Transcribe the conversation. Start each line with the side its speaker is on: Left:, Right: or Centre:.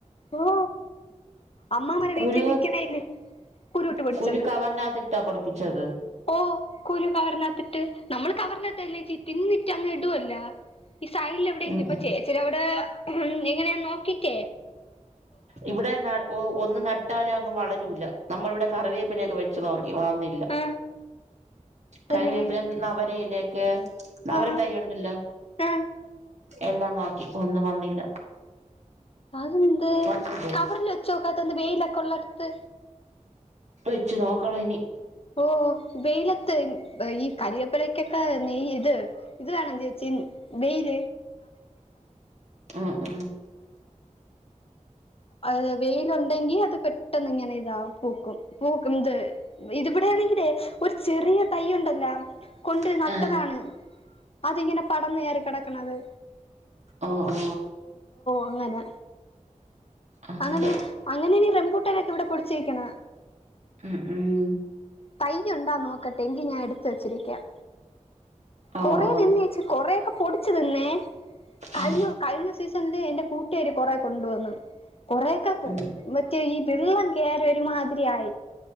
Left: ഓ അമ്മമാരെ
Right: കുരു
Left: വീട്ടിൽ നിക്കണല്ലേ കുരുൂട്ട് പൊടിച്ചത്
Right: കുരു കവറിനകത്തിട്ടാ പൊടിപ്പിച്ചത്
Left: ഓ കുരു കവറിനത്തിട്ട് നമ്മള് തവർല് ഇല്ലേ ചിറ്റിന്നിറ്റ അങ്ങ് ഇടുല്ല ഈസെയ് എവിടെയെങ്കിലും
Right: ഉം
Left: ഇപ്പൊ
Right: ഉം
Left: ചേച്ചിവിടെ ഉ എങ്ങനെയൻ നോക്കട്ടേ
Right: ഇവിടെ ന ഒന്ന് നട്ടാലേ അങ്ങ് വളരൂല്ല നമ്മള ഇവിടെ കറിവിയേപ്പലൊക്കെ വെച്ചതോ വില്ല
Left: ആ തന്നെ
Right: കറിവേപ്പില നവരയിലേക്കെ നവരതൈ
Left: ആ
Right: ഉണ്ടല്ലോ
Left: ആ
Right: എല്ലാം നോക്കി ഒന്നും വന്നില്ല
Left: അത്ന്ത്
Right: പത്ത് പോയി
Left: കവറല് വെചെക്കാതന്ത്‌ വെയില കൊള്ളടുത്ത്
Right: വെച്ചു നോക്കണം ഇനി
Left: ഓ വെയിലത്ത് ഈ കരിവപ്പഴക്കൊക്കെ നെയ ഇത് ഇത് വണ ചേച്ചി ചി വേയിൽ
Right: അ അ
Left: അഹ് വെയിലുണ്ടെങ്കി അത് പെട്ടെന്ന് ഇങ്ങനെ ഇതാാവും പൂക്കും പൂക്കുംന്ത് ഇത് ഇടെയാണെങ്കിലേ ഒരു ചെറിയ തൈ ഉണ്ടല്ലോ കൊണ്ട്
Right: നോക്കാം
Left: നട്ടതാണ് അതിങ്ങനെ പടന്ന് ഏറി കിടക്കണത്
Right: അ അ
Left: അങ്ങനെ
Right: അങ്ങനെ
Left: അങ്ങന അങ്ങനെണീ റെംബൂട്ടനൊക്കെ ഇവിടെ പൊടിച്ചിരിക്കണ
Right: ഉം ഉം
Left: തയ്യുണ്ടാ നോക്കട്ടെ എങ്കി ഞാൻ എടുത്ത വച്ചിരിക്കാം
Right: ഓ
Left: കൊറ
Right: ഓ
Left: നിന്നേച്ചി കൊറെൊക്കെ പൊടിിച്ചു നിന്നേ കഴിഞ്ഞ
Right: ഉം
Left: കഴിഞ്ഞ സീസണില എൻറെ കൂട്ടുകാർ കൊറെ കൊണ്ടുവന്നു കുറെൊക്കെ
Right: ഉം
Left: മറ്റേ ഈ വെള്ളം കേയറ ഒരുമാതിരിയയി